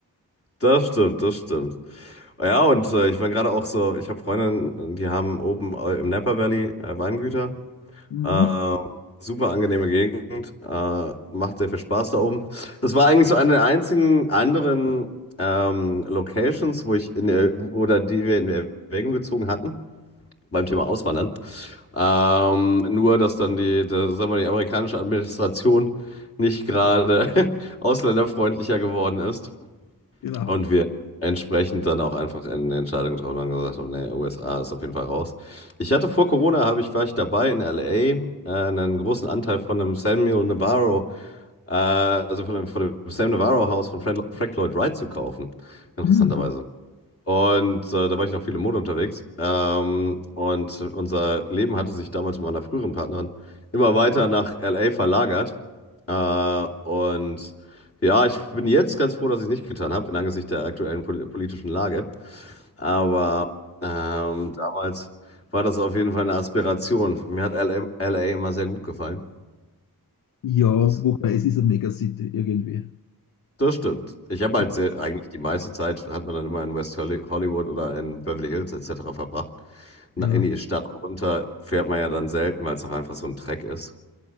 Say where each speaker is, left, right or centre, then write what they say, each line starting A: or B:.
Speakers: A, on the left; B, on the left.
A: das stimmt, das stimmt. Ja, und äh, ich war gerade auch so, ich habe Freundinnen, die haben oben äh, im Napa Valley äh, Weingüter.
B: Mhm.
A: Äh, super angenehme Gegend, äh, macht sehr viel Spaß da oben. Das war eigentlich so eine der einzigen anderen ähm, Locations, wo ich in der, oder die wir in Erwägung gezogen hatten beim Thema Auswandern. Ähm, nur, dass dann die, das, sagen wir, mal, die amerikanische Administration nicht gerade <laughs> ausländerfreundlicher geworden ist.
B: Genau.
A: Und wir entsprechend dann auch einfach eine Entscheidung getroffen haben und gesagt haben, nee, USA ist auf jeden Fall raus. Ich hatte vor Corona, habe ich, war ich dabei in LA, äh, einen großen Anteil von einem Samuel Navarro, äh, also von dem, von dem Sam Navarro Haus von Frank, Frank Lloyd Wright zu kaufen. Interessanterweise.
B: Mhm.
A: Und äh, da war ich noch viel im Mode unterwegs. Ähm, und unser Leben hatte sich damals mit meiner früheren Partnerin immer weiter nach LA verlagert. Äh, und ja, ich bin jetzt ganz froh, dass ich es nicht getan habe, in Angesicht der aktuellen pol politischen Lage. Aber ähm, damals war das auf jeden Fall eine Aspiration. Mir hat LA, LA immer sehr gut gefallen.
B: Ja,
A: Das,
B: wobei es ist eine Megacity irgendwie.
A: das stimmt. Ich habe
B: Äh,
A: halt sehr, eigentlich die meiste Zeit, hat man dann immer in West Holly- Hollywood oder in Beverly Hills etc. verbracht. Na,
B: ja,
A: in die Stadt runter fährt man ja dann selten, weil es auch einfach so ein Dreck ist.